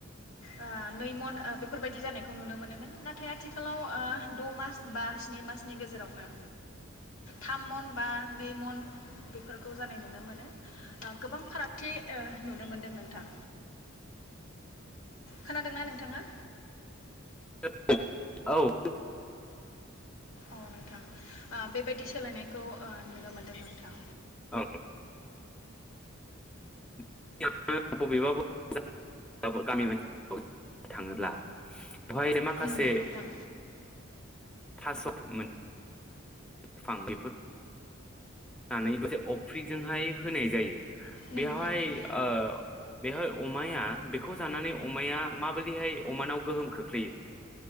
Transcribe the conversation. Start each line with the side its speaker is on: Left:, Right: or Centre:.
Left: ओ नै मन बेफोरबायदि जानायखौ नुनो मोनोमोन नाथाय आथिखालाव ओ द मास बा स्नि मासनि गेजेरावनो थाम मन बा नै मन बेफोरखौ जानाय नुनो मोनो गोबां फारागथि ओ नुनो मोनदों नोंथां। खोनादोंना नोंथाङा?
Centre: <unintelligible> औ
Left: अ नोंथां ओ बेबायदि सोलायनाय खौ नुनो मोन्दों नोंथां।
Centre: औ <unintelligible> बबेबा <unintelligible> गामि <unintelligible> थाङोब्ला बेवहाय माखासे
Left: नंगौ नोंथां
Centre: थास' मोन <unintelligible> बैफोर <unintelligible> अफ्रिजोंहाय होनाय जायो
Left: नंगौ
Centre: बेवहाय
Left: नोंथां
Centre: ओ बेवहाय अमाया बेखौ जानानै अमाया माबोरैहाय अमानाव गोहोम खोख्लैयो